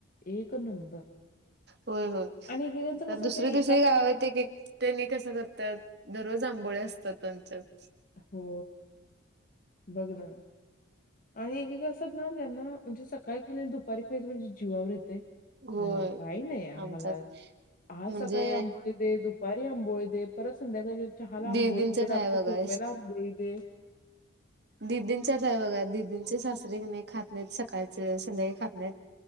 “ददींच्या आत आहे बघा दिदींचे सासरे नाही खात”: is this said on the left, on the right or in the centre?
Right